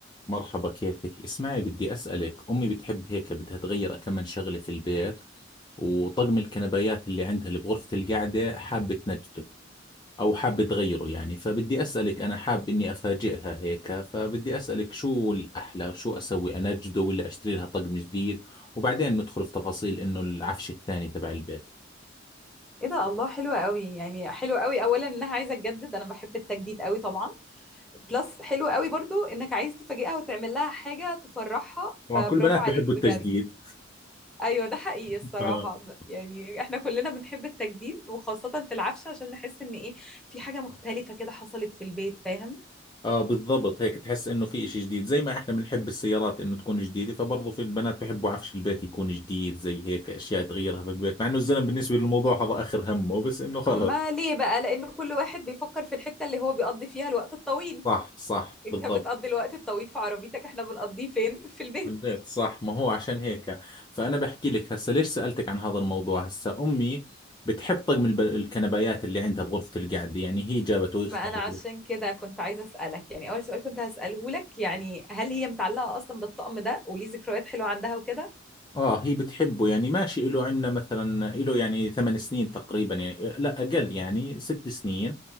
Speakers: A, on the left; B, in the centre.
A: مرحبا كيفك اسمعي بدي أسألك أمي بتحب هيك بدها تغير كم من شغلة في البيت وطقم الكنبايات اللي عندها اللي بغرفة القعدة حابة تنجده أو حابة تغيره يعني فبدي أسألك أنا حاب إني أفاجئها هيك فبدي أسألك شو الأحلى شو أسوي أنجده ولا أشتري لها طقم جديد وبعدين ندخل في تفاصيل إنه العفش الثاني تبع البيت
B: ايه ده الله حلوة قوي يعني حلوة قوي اولا انها عايزة تجدد انا بحب التجديد قوي طبعا بلس حلوة قوي برضو انك عايز تفاجئها وتعمل لها حاجة تفرحها
A: طبعا
B: فبرافو
A: كل بنات
B: عليك
A: بحبوا
B: بجد
A: التجديد
B: ايوه ده حقيقي الصراحة
A: <laughs>
B: ب- يعني احنا كلنا بنحب التجديد وخاصة في العفش عشان نحس ان ايه في حاجة مختلفة كده حصلت في البيت فاهم
A: اه بالضبط هيك تحس انه في اشي جديد زي ما احنا بنحب السيارات انه تكون جديدة فبرضه في البنات بحبوا عفش البيت يكون جديد زي هيك اشياء تغيرها في البيت مع انه الزلم بالنسبة للموضوع هذا اخر همه بس انه خلص
B: ما ليه بقى لان كل واحد بيفكر في الحتة اللي هو بيقضي فيها الوقت الطويل
A: صح صح
B: انت
A: بالضبط
B: بتقضي الوقت الطويل في عربيتك احنا بنقضيه فين <laughs> في البيت
A: البيت صح ما هو عشان هيك فانا بحكي لك هسه ليش سألتك عن هذا الموضوع هسه امي بتحب طقم الب- الكنبايات اللي عندها بغرفة القعدة يعني هي جابته وهي
B: ما
A: اختارته
B: انا عشان كده كنت عايزه اسالك يعني اول سؤال كنت هساله لك يعني هل هي متعلقه اصلا بالطقم ده وليه ذكريات حلوه عندها وكده
A: اه هي بتحبه يعني ماشي له عندنا مثلا له يعني ثمان سنين تقريبا يعني لا اقل يعني ست سنين